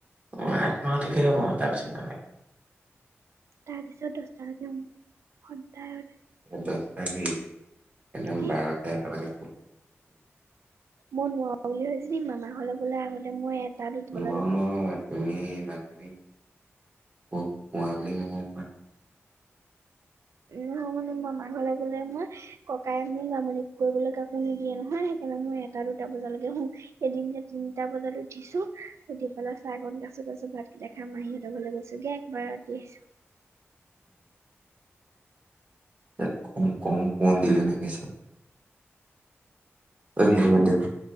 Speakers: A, on the right; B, on the right.
A: অ আ মাহঠিক হ ম তাৰ চিন্তা নাই
B: তাৰ পিছত দশটালৈকে সু সদায় সদায়
A: দহ কি একদম
B: কি
A: বাৰতে এালকে
B: মই নোৱাৰো বুলি ভাবছ মামাহলৈ বোলে আগতে মই দুটা বজাত
A: ন
B: উঠো।
A: ন তুমি আল ম মম
B: উহ মানে মই মাৰ ঘৰলৈ গলে মই ককাই মোৰ বামনি কৰিবলৈ কাকো নিদিয়ে নহয় সেইকাৰণে মই এটা দুটা বজালৈকে হোম এদিন যে তিনিটা বজাত উঠিছো উঠি পেলাই চাহকণ কাছত তাছত ভাতকেইটা খাম মাহ সিহঁতৰ ঘৰলে গৈছোগে একবাৰ <inaudible>
A: ইয়াত অকমান কম সণ দিলে নেকি চাত অ' সেইটো বাদ দিয়া